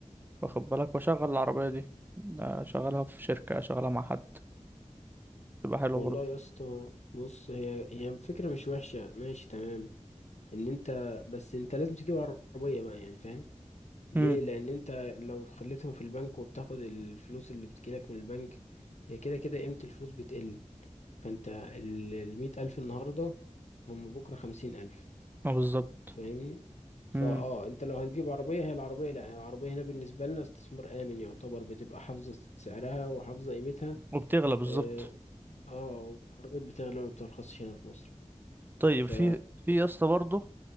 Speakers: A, on the right; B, on the left.
A: واخد بالك واشغل العربية دي اشغلها في شركة اشغلها مع حد تبقى حلوة
B: والله
A: برضه
B: يا اسطى بص هي هي الفكرة مش وحشة ماشي تمام ان انت بس انت لازم تجيب عربية بقى يعني فاهم ليه
A: امم
B: لان انت لو خليتهم في البنك وبتاخد الفلوس اللي بتجيلك من البنك هي كده كده قيمة الفلوس بتقل فانت ال- المية ألف النهاردة هم بكرة خمسين ألف
A: اه بالظبط
B: فاهمني فاه
A: امم
B: انت لو هتجيب عربيه هي العربيه لا يعني العربيه هنا بالنسبه لنا استثمار امن يعتبر بتبقى حافظه سعرها وحافظه قيمتها
A: وبتغلى بالظبط
B: اه آه، والعربيات بتغلى ما بترخصش هنا في مصر
A: طيب
B: ف
A: في في يا اسطى برضه